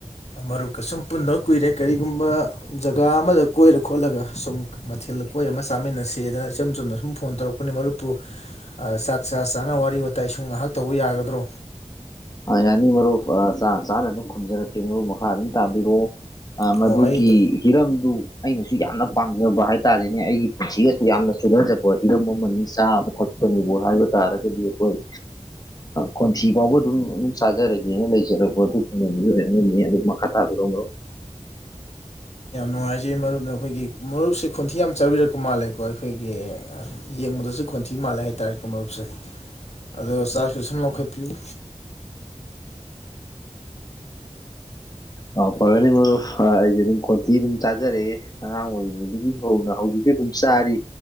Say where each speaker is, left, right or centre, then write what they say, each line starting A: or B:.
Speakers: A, on the left (about 65°); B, on the left (about 30°).
A: ꯃꯔꯨꯞꯀ ꯁꯨꯝ ꯄꯨꯟꯗꯕ ꯀꯨꯏꯔꯦ ꯀꯔꯤꯒꯨꯝꯕ ꯖꯒꯥ ꯑꯃꯗ ꯀꯣꯏꯔ ꯈꯣꯠꯂꯒ ꯁꯨꯝ ꯃꯊꯦꯜꯗ ꯀꯣꯏꯔ ꯑꯃ ꯆꯥꯃꯤꯟꯅ ꯁꯗꯅ ꯏꯆꯝ ꯆꯨꯝꯅ ꯁꯨꯝ ꯐꯣꯟ ꯇꯧꯔꯛꯄꯅꯤ ꯃꯔꯨꯞꯄꯨ ꯆꯥꯛ ꯆꯥ ꯆꯥꯅ ꯋꯥꯔꯤ ꯋꯥꯇꯥꯏ ꯁꯨꯝ ꯉꯥꯏꯍꯥꯛ ꯇꯧꯕ ꯌꯥꯒꯗ꯭ꯔꯣ
B: ꯌꯥꯅꯤ ꯃꯔꯨꯞ ꯆꯅꯥ ꯆꯥꯅ ꯑꯗꯨꯝ ꯈꯨꯝꯖꯔꯛꯀꯦ ꯃꯔꯨꯞ ꯃꯈꯥ ꯑꯗꯨꯝ ꯇꯥꯕꯤꯔꯛꯑꯣ ꯑ
A: ꯑꯣ
B: ꯃꯗꯨꯒꯤ
A: ꯑꯩꯗꯣ
B: ꯍꯤꯔꯝꯗꯨ ꯑꯩꯅꯁꯨ ꯌꯥꯝꯅ ꯄꯥꯝꯖꯕ ꯍꯥꯏꯇꯥꯥꯔꯦꯅꯦ ꯑꯩꯒꯤ ꯄꯨꯟꯁꯤꯒꯁꯨ ꯌꯥꯝꯅ ꯆꯨꯅꯖꯕ ꯍꯤꯔꯝ ꯑꯃꯅꯤ ꯆꯥꯕ ꯊꯛꯄꯅꯤꯕꯨ ꯍꯥꯏꯕ ꯇꯥꯔꯒꯗꯤ ꯑꯩꯈꯣꯏ ꯈꯣꯟꯊꯤ ꯐꯥꯎꯕ ꯑꯗꯨꯝ ꯑꯗꯨꯝ ꯆꯥꯖꯔꯒꯦꯅ ꯂꯩꯖꯔꯛꯄꯣ ꯑꯗꯨꯒꯨꯝꯕ ꯃꯤꯑꯣꯢ ꯑꯃꯅꯤ ꯑꯗꯨ ꯃꯈꯥ ꯇꯥꯕꯤꯔꯛꯑꯣ ꯃꯔꯨꯞ
A: ꯌꯥꯝ ꯅꯨꯡꯉꯥꯏꯖꯩ ꯃꯔꯨꯞꯅ ꯑꯩꯈꯣꯏꯒꯤ ꯃꯔꯨꯞꯁꯦ ꯈꯣꯟꯊꯤ ꯌꯥꯝ ꯆꯥꯕꯤꯔꯛꯄ ꯃꯥꯜꯂꯦꯀꯣ ꯑꯩꯈꯣꯏꯒꯤ ꯌꯦꯡꯕꯗꯁꯨ ꯈꯣꯟꯊꯤ ꯃꯥꯜꯂꯦ ꯍꯥꯏꯇꯥꯔꯦꯀꯣ ꯃꯔꯨꯞꯁꯦ ꯑꯗꯣ ꯆꯥꯛꯁꯨ ꯁꯨꯝ ꯂꯧꯈꯠꯄꯤꯌꯨ
B: ꯑꯥꯎ ꯐꯒꯅꯤ ꯃꯔꯨꯞ ꯑꯩꯁꯦ ꯑꯗꯨꯝ ꯈꯣꯟꯊꯤ ꯑꯗꯨꯝ ꯆꯥꯖꯔꯛꯑꯦ ꯑꯉꯥꯡ ꯑꯣꯏꯔꯤꯉꯩꯗꯒꯤ ꯍꯧꯅ ꯍꯧꯖꯤꯛꯁꯨ ꯑꯗꯨꯝ ꯆꯥꯔꯤ